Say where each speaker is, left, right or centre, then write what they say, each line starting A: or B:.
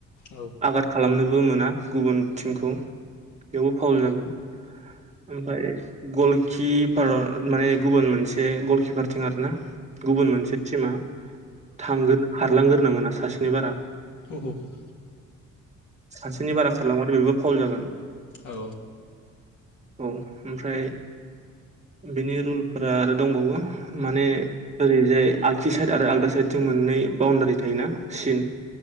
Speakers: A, on the left; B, on the right.
A: औ
B: आघाद खालामनोबो मोना गुबुन टिमखौ
A: औ
B: ट। सबेयावबो फाउल जागोन। ओमफाय गलकिपारा माने गुबुन मोनसे गल खिफारथिं आरोना। गुबुन मोनसे टिमा थांगोर‌ खारलांगोरनो मोना सासेनि बारा।
A: बिदि
B: सासेनि बारा खारलांबाथाइ बेबो फावल जागोन।
A: औ।
B: औ। ओमफ्राय बिनि रुलफोरा आरो दंबावो। माने ओरैजाय आगसि साइड आरो आगदा साइडथिं मोननै बाउणडारि थायोना। सिन